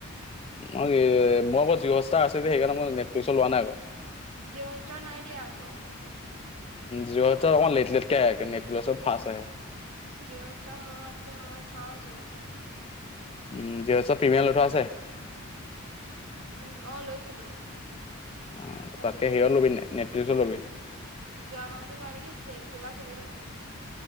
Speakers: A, on the left; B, on the right.
A: মই মোৰ আকৌ জিও হস্তাৰ আছে যে, সেইকাৰণে মই নেটফ্লিক্সৰ লোৱা নাই আকৌ।
B: জিঅ'হষ্টাৰ নাই দিয়া আকৌ?
A: জিঅ হস্তাৰ অকমান লেট লেটকে আহে, নেটফ্লেট চ ফাষ্টে আহে।
B: জিঅ হস্তাৰ মোৰ আছে মই চাওঁ জিঅ হস্তাৰ।
A: উ জিঅ হস্তাৰ প্ৰিমিয়াম লৈ থোৱা আছে?
B: উম অ লৈছিলো।
A: অ
B: আজি
A: তাতকে সেয়াও ল'বি নটফ্লিক্সো ল'বি?
B: যোৱা মাহত লোৱা নেকি সুলজবেলাও চলি থাকোঁতে।